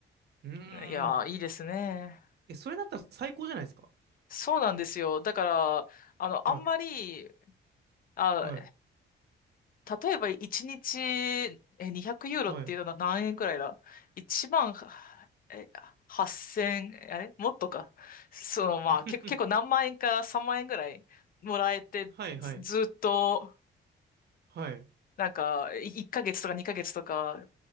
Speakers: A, on the right; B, on the left.
A: うーん。
B: いやー、いいですね。
A: え、それだったら最高じゃないですか
B: そうなんですよ。だから、あの、
A: はい。
B: あんまり、あ、
A: はい。
B: 例えば1日、え、200ユーロっていうのは何円くらいだ
A: はい。
B: ?1 万、え、8000、あれもっとか。その、まあ、
A: <laughs>
B: 結構、結構何万円か3万円ぐらいもらえて、
A: はいはい
B: ず、ずっと、
A: はい。
B: なんか、い1ヶ月とか2ヶ月とか